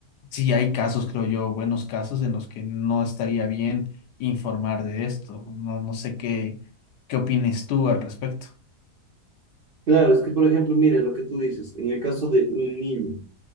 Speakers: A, on the left; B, on the right.
A: sí hay casos, creo yo, buenos casos en los que no estaría bien informar de esto. No, no sé qué, qué opines tú al respecto.
B: Claro, es que, por ejemplo, mira lo que tú dices, en el caso de un niño,